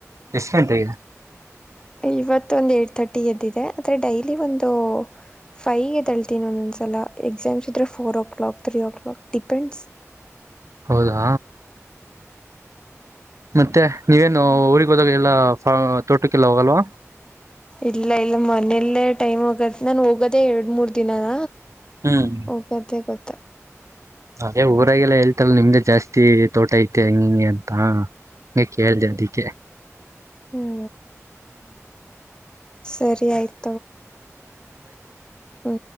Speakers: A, on the right; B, on the left.
A: ಎಷ್ಟ್ ಗಂಟೆಗೆ
B: ಇವತ್ತು ಒಂದು ಏಟ್ ಥರ್ಟಿ ಎದ್ದಿದೆ ಆದರೆ ಡೈಲಿ ಒಂದು ಫೈವ್ ಎದ್ದಳ್ತೀನಿ ಒಂದೊಂದ್ಸಲ ಎಕ್ಸಾಮ್ಸ್ ಇದ್ರೆ four o'clock three o'clock depends
A: ಹೌದಾ ಮತ್ತೆ ನೀವೇನು ಊರಿಗೆ ಹೋದಾಗ ಎಲ್ಲ ತೋಟಕ್ಕೆಲ್ಲ ಹೋಗಲ್ವಾ
B: ಇಲ್ಲ ಇಲ್ಲ ಮನೆಯಲ್ಲೇ ಟೈಮ್ ಆಗತ್ ನನ್ ಹೋಗೋದೇ ಎರಡ್ ಮೂರ್ ದಿನಾನ
A: ಹ್ಮ್
B: ಹೋಗೋಗತ್ತೆ ಗೊತ್ತ
A: ಅದೇ ಊರಾಗೆಲ್ಲ ಹೇತಾರ ನಿಮ್ದ ಜಾಸ್ತಿ ತೋಟ ಐತೆ ಹೆಂಗ ಹಿಂಗೆ ಹಾ ಹಗೆ ಕೇಳ್ದ ಅದಿಕ್ಕೆ
B: ಹ್ಞೂ ಸರಿ ಆಯ್ತು ಹ್ಮ